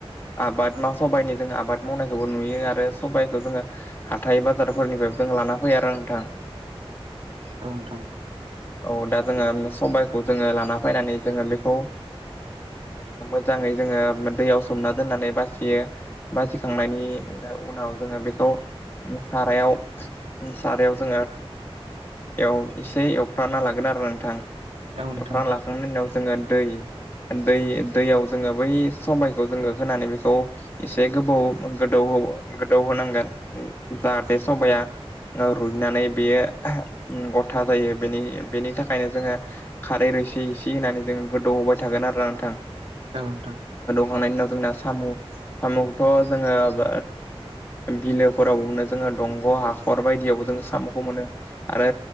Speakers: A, on the left; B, on the right.
A: आबाद मा सबायनि जोङो आबाद मावनायखौबो नुयो आरो सबायखौ जोङो हाथाइ बाजारफोरनिफ्रायबो जों लाना फैयो। <unintelligible> नोंथां
B: <inaudible> औ नोंथां।
A: औ दा जोङो सबायखौ जोङो लाना फैनानै जोङो बेखौ मोजाङै जोङो दैयाव सोमना दोननानै बासि यो बासिखांनायनि उनाव जोङो बेखौ सारायाव सारायाव जोङो ओं एसे एवफ्रानना लागोन आरो नोंथां
B: औ नोंथां औ नोंथां
A: एवफ्राना लाखांनायनि उनाव जोङो दै दै दैयाव जोङो बै सबायखौ जोङो होनानै बेखौ एसे गोबाव गोदौ गोदौ होनांगोन जाहाथे सबाया रुइनानै बेयो गथा जायो बेनि बेनि थाखायनो जोङो खारै एसे एसे होननानै जोंङो गोदौ होबाय थागोन आरोना नोंथां
B: औ नोंथां
A: खांनायनि उनाव जोंना साम' साम'खौ जोङो बिलोफोराव मोनो जोङो दंग' हाखर बायदियावबो साम'खौ मोनो आरो